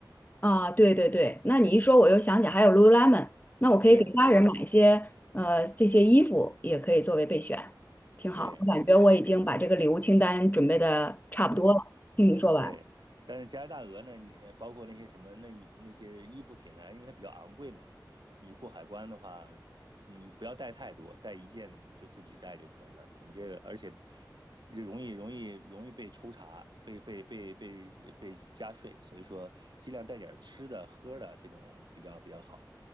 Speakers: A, on the left; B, on the right.
A: 啊。对对对，那你一说我又想起还有 Lululemon，那我可以给家人买一些呃这些衣服，
B: 对，Lululemon，
A: 也可以作为备选，挺好。
B: 对对对对对对。
A: 我感觉我已经把这个礼物清单准备的差不多了，听你说完。
B: 对，但是加拿大鹅呢，你包括那些什么，那你那些衣服品牌，因为它比较昂贵嘛，你过海关的话，你不要带太多，带一件就自己带就可以了。你这个，而且容易容易容易被抽查，被被被被被加税，所以说尽量带点吃的喝的这种比较比较好。